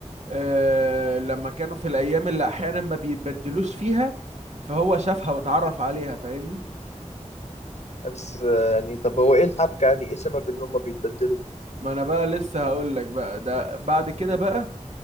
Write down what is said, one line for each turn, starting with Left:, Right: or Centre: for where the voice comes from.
Right: آه لما كانوا في الأيام اللي أحيانا ما بيتبدلوش فيها فهو شافها واتعرف عليها فاهمني
Left: بس آه، يعني طب هو ايه الحبكه يعني ايه سبب ان هم بيتبدلوا
Right: ما أنا بقى لسه هقول لك بقى ده بعد كده بقى